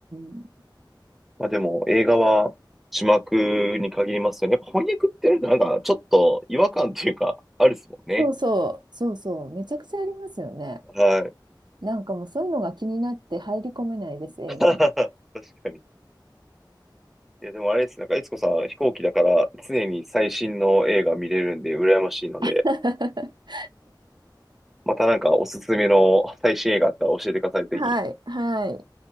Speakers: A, on the right; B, in the centre.
A: うん。
B: まあでも映画は字幕に限りますよね。やっぱ翻訳ってなんかなんかちょっと違和感っていうか、あるっすもんね。
A: そうそう、そうそう、めちゃくちゃありますよね。
B: はい。
A: なんかもうそういうのが気になって入り込めないです、映画に。
B: <laughs> 確かに。いやでもあれです。なんか、いつこさん飛行機だから常に最新の映画見れるんで羨ましいので、
A: <laughs>
B: またなんかおすすめの最新映画あったら教えてください、ぜひ。
A: はい、はい。